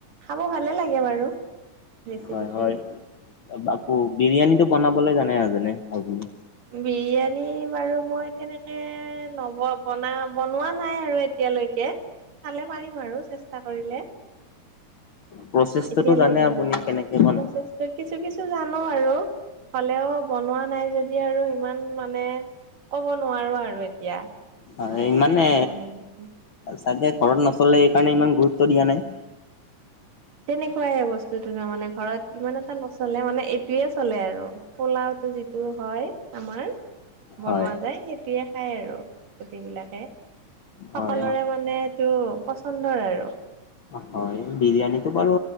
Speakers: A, on the right; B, on the left.
A: খাব ভালে লাগে বাৰু। ৰেচিপিটো
B: হয় হয়,
A: অ
B: আকৌ বিৰিয়ানীটো বনাবলে জানে নাজানে আপুনি?
A: বিৰিয়ানী বাৰু মই তেনেকে, নব বনা বনোৱা নাই আৰু এ তিয়ালৈকে, চালে পাৰিম আৰু চেষ্টা কৰিলে।
B: প্ৰচেছটোতো
A: এতিয়ালে
B: জানে
A: বনোৱা
B: আপুনি
A: নাই,
B: কেনেকে বনাই
A: প্ৰচেচ ত' কিছু কিছু জানো আৰু, হ'লেও বনোৱা নাই যদি আৰু ইমান মানে ক'ব নোৱাৰো আৰু এতিয়া,
B: হয়
A: মানে
B: ইমানে
A: এনেকে বনে খাবি।
B: চাগে ঘৰত নচলে এইকাৰণে ইমান গুৰুত্ব দিয়া নাই।
A: তেনেকুৱাইে বস্তুটো তাৰ মানে ঘৰত ইমান এটা নচলে মানে এইটোৱে চলে আৰু। পোলাওতো যিটো হয়, আমাৰ বনোৱা
B: হয়
A: যায় সেইটোৱে খায় আৰু, গোটেই বিলাকে,
B: হয়।
A: সকলোৰে মানে টো পচন্দৰ আৰু।
B: হয়, বিৰিয়ানীটো বাৰু